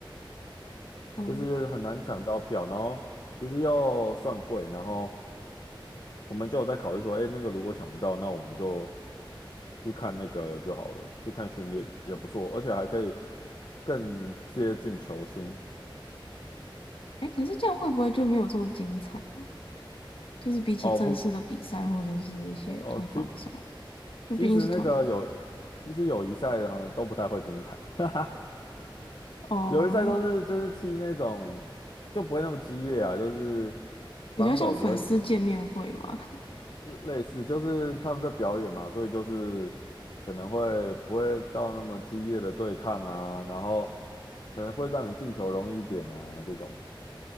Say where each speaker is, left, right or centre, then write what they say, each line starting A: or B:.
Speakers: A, on the left; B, on the left.
A: 哦，
B: 就是很难抢到票，然后其实又算贵，然后我们就有在考虑说，哎，那个如果抢不到，那我们就去看那个就好了，去看训练也不错，而且还可以更接近球星。
A: 诶，可是这样会不会就没有这么精彩啊？就是比起正式的比赛或者是一些推广赛，
B: 哦不，哦，哦其
A: 就毕竟是他们
B: 其实那个有，其实友谊赛哈都不太会精彩，<laughs> 哈哈，
A: 哦。
B: 友谊赛都是就是踢那种就不会那么激烈啊，就是
A: 比较像粉丝见面会嘛，
B: 防守也不会类类似，就是他们在表演嘛，所以就是可能会不会到那么激烈的对抗啊，然后可能会让你进球容易一点啊，这种